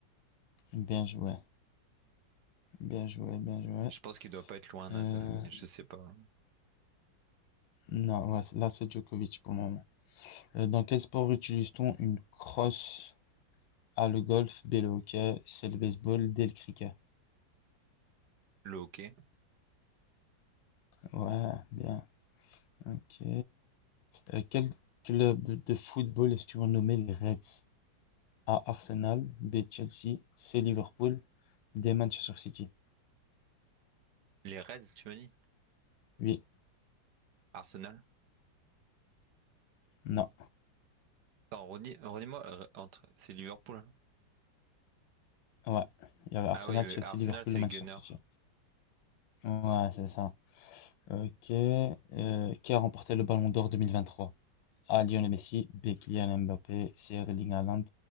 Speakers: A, on the left; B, on the right.
A: Bien joué, bien joué, bien joué.
B: Je pense qu'il doit pas être loin, Nadal,
A: Euh,
B: mais je sais pas.
A: non, ouais, là c'est Djokovic pour le moment. Euh, dans quel sport utilise-t-on une crosse? Ah, le golf, B, le hockey, c'est le baseball, D, le cricket.
B: Le hockey.
A: Ouais, bien, ok. Euh, quel club de football est surnommé les Reds? A, Arsenal, B, Chelsea, C, Liverpool, D, Manchester City.
B: Les Reds, tu m'as dit?
A: Oui,
B: Arsenal?
A: non,
B: Attends, redis- moi entre... c'est Liverpool. hein.
A: ouais. Il y avait Arsenal,
B: Ah oui, le-
A: Chelsea,
B: Arsenal,
A: Liverpool
B: c'est
A: ou Manchester
B: les Gunners.
A: City. Ouais, c'est ça. Ok. euh, qui a remporté le Ballon d'Or 2023? A, Lionel Messi, B, Kylian Mbappé, C, Erling Haaland